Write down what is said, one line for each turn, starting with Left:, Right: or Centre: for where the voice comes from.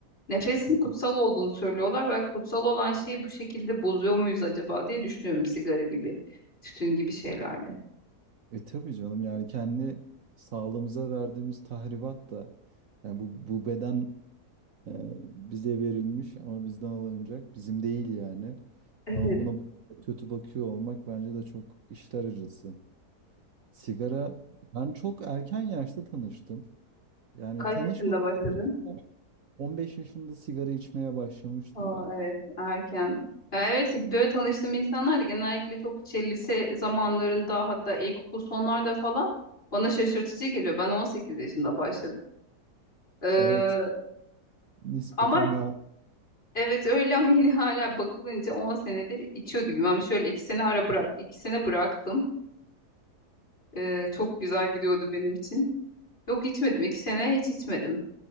Left: Nefesin
Right: Hı
Left: kutsal
Right: hı.
Left: olduğunu söylüyorlar. Belki kutsal olan şeyi bu şekilde bozuyor muyuz acaba diye düşünüyorum sigara gibi, tütün gibi şeylerle.
Right: E tabii canım yani kendi sağlığımıza verdiğimiz tahribat da yani bu, bu beden e, bize verilmiş ama bizden alınacak bizim değil yani.
Left: Evet.
Right: Ama buna bu kadar kötü bakıyor olmak bence de çok işler acısı. Sigara ben çok erken yaşta tanıştım. Yani
Left: Kaç
Right: tanışmasaydım
Left: yaşında başladın?
Right: 15 yaşında sigara içmeye başlamıştım
Left: Oo,
Right: ben.
Left: evet erken. Ya evet böyle tanıştığım insanlar da genellikle çok işte lise zamanlarında hatta ilkokul sonlarda falan bana şaşırtıcı geliyor. Ben 18 yaşında başladım. Ee,
Right: Evet nispeten
Left: ama
Right: daha
Left: evet öyle ama yine hala bakılınca 10 senedir içiyor gibiyim. Ama şöyle 2 sene ara bırak. 2 sene bıraktım. Ee, çok güzel gidiyordu benim için. Yok içmedim. 2 sene hiç içmedim.